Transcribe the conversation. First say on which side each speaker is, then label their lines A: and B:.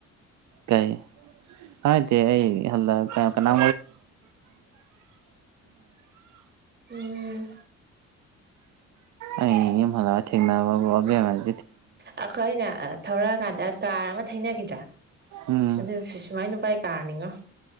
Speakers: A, on the right; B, on the right.
A: ꯀꯩ ꯍꯥꯏꯗꯤ ꯑꯩ ꯍꯜ ꯀꯅꯥ
B: ꯎꯝ
A: ꯑ ꯃ ꯊꯦꯡꯅꯥꯕꯨ ꯑꯦ
B: ꯑꯩꯈꯣꯏ ꯑꯅ ꯊꯧꯔꯛꯑꯀꯥꯟꯗ ꯀꯥꯔ ꯑꯃ ꯊꯩꯅꯅꯈꯤꯗ꯭ꯔꯥ
A: ꯎꯝ
B: ꯑꯗꯨꯁꯨ ꯁꯨꯃꯥꯏ ꯅꯨꯄꯥꯥꯏ ꯀꯥꯔꯅꯤꯉꯣ